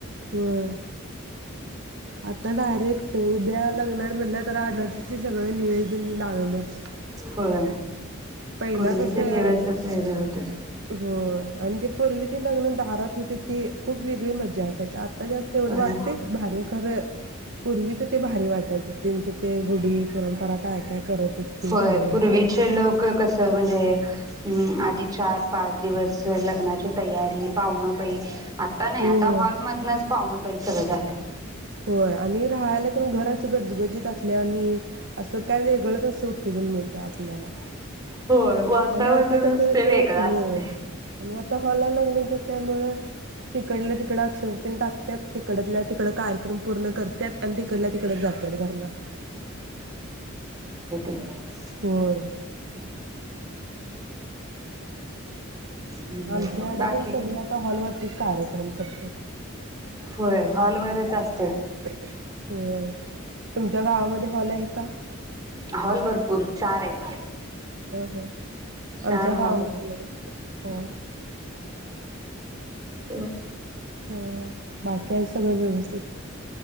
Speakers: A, on the right; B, on the right.
A: होय. आता डायरेक्ट उद्या लग्नात म्हटलं तर आज सगळं नियोजन लागलंच.
B: होय
A: पहिला
B: पूर्वीचे
A: कस आहे
B: दिवसच वेगळे होते
A: हो आणि ते पूर्वीचे लग्न दारात होते ती खूप वेगळी मजा असायची आता जास्त एवढं
B: होय
A: वाटते. भारी खरं, पूर्वीचं ते भारी वाटायचं त्यांचे.. ते रुढी-परंपरा काय काय करत आहेत ते
B: होय
A: काही
B: पूर्वीचे लोक कसं म्हणजे हं आधी चार-पाच दिवस लग्नाची तयारी पाहुणं पै आता नाही,
A: होय
B: आता हॉलमधूनच पाहुणं. पैशाला झाकण.
A: होय आणि रहायला पण घर. गजबजीत असल्यावानी असं काय वेगळंच असे उत्तेजन मिळतंय आपल्याला.
B: होय, वातावरणच
A: आणि आता कसं
B: ते वेगळं
A: होय
B: असतेय.
A: आणि आता हॉला लग्न त्यामुळे तिकडल्या तिकडं अक्षद टाकत्यात तिकडल्या तिकड गायब. पूर्ण करत्यात अन तिकडल्या तिकडच जात्यात घरल्या
B: ह <inaudible>
A: होय.
B: बर
A: आमच्या एड
B: बाकी
A: पण
B: काय?
A: सगळं आता हॉल वरतीच. कार्यक्रम करत्यात.
B: होय, हॉल वगैरेच असतं.
A: हो. तुमच्या गावामध्ये हॉल आहे का?
B: हॉल भरपूर चार आहेत,
A: हा
B: चार
A: आमच्या गावामध्ये
B: हॉल आहेत.
A: नाहीत हॉल.
B: हं.
A: हं, बाकी आणि सगळं व्यवस्थित?